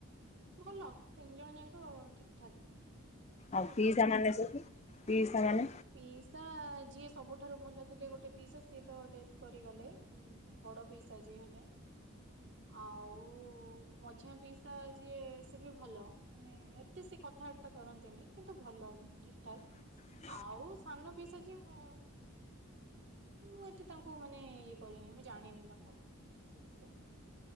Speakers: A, on the right; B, on the left.
A: ଭଲ ତିନି ଜଣ ଯାକ ଠିକଠାକ୍।
B: ଆଉ ପିଇସା ମାନେ ସବୁ ପିଇସା ମାନେ
A: ପିଇସା ଯିଏ ସବୁଠାରୁ ଭଲ ଥିଲେ ଗୋଟେ ପିଇସା ସିଏ ତ ଡେଥ କରିଗଲେ ବଡ ପିସା ଯିଏ ହେବେ। ଆଉ ମଝିଆ ପଇସା ଯିଏ ସେ ବି ‌ଭଲ ମାନେ ଏତେ କଥାବାର୍ତ୍ତା କରନ୍ତିନି କିନ୍ତୁ ଭଲ ଠିକ ଠାକ।
B: <unintelligible>
A: ଆଉ ସାନ ପିଇସା ଯିଏ ମୁଁ ମୁଁ ଏତେ ତାଙ୍କୁ ମାନେ ଇଏ କରିନି ମୁଁ ଜାଣିନି ତାଙ୍କୁ ଠିକ ସେ।